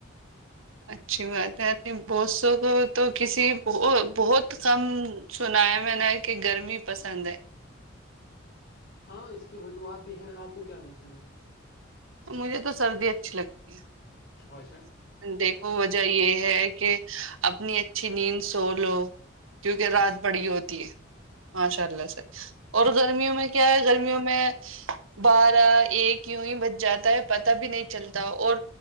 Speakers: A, on the right; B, on the left.
A: اچھی بات ہے اپنی بسوں کو تو کسی ب بہت کم سنا ہے میں نے کہ گرمی پسند ہے
B: ہاں اس کی وجوہات بھی ہے نا آپ کو کیا پسند ہے
A: مجھے تو سردی اچھی لگتی ہے
B: وجہ
A: دیکھو وجہ یہ ہے کہ اپنی اچھی نیند سو لو کیونکہ رات بڑی ہوتی ہے ماشاء اللہ سے اور گرمیوں میں کیا ہے گرمیوں میں بارہ ایک یوں ہی بچ جاتا ہے پتا بھی نہیں چلتا اور